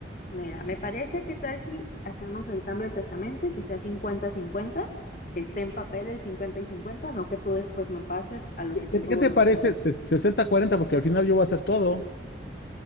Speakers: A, on the left (about 45°); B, on the left (about 60°).
A: mira, me parece que tal si hacemos el cambio del testamento y que sea cincuenta-cincuenta, que esté en papel el 50 y 50, no que tú después me pases a lo
B: ¿Qué,
A: que sea
B: qué te
A: tu
B: qué
A: voluntad.
B: te parece? Se- 60-40 porque al final yo voy a hacer todo